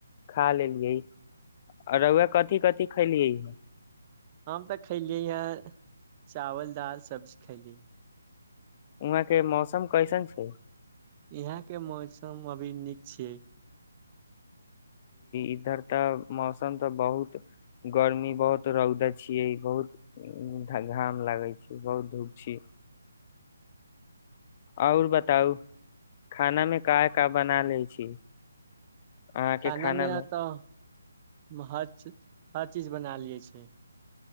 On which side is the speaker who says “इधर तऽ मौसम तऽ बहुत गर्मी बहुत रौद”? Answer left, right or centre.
Left